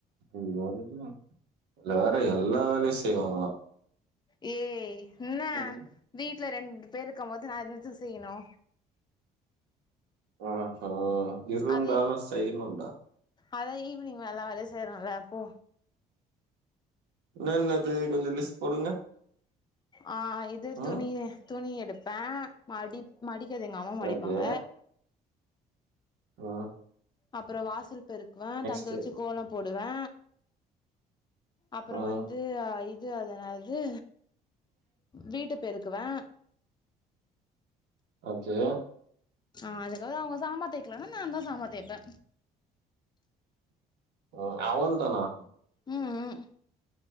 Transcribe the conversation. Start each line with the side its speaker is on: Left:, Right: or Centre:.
Right: ம் இதுல வேற எல்லா வேலையு செய்வாங்களா
Left: ஏய் இன்னா
Right: ம்
Left: வீட்ல ரெண்டு பேர் இருக்கும் போது நா என்னத்துக்கு செய்யனு
Right: அ ஹா இருந்தாலு
Left: அதே
Right: செய்னுண்டா
Left: அதா ஈவினிங் எல்லா வேலயு செய்றோல போ
Right: இன்னா இன்னது கொஞ்சோ லிஸ்ட் போடுங்க
Left: ஆஹ் இது
Right: ம்
Left: துணி துணி எடுப்பே மடி மடிக்கது எங்க அம்மா மடிப்பாங்க
Right: ஓகே உம்
Left: அப்றோ வாசல் பெருக்குவே
Right: நெக்ஸ்ட்
Left: தன்னித்தெளிச்சி கோலோ போடுவே அப்புறோ
Right: ம்
Left: வந்து இது அது என்னாது வீட்டுப் பெருக்குவே
Right: ச்சே
Left: அ அதுக்காக அவுங்க சாமா தேய்க்கலனா நா தா சாமா தேய்ப்பே
Right: ஓ அவ்ளதானா
Left: ம் ம்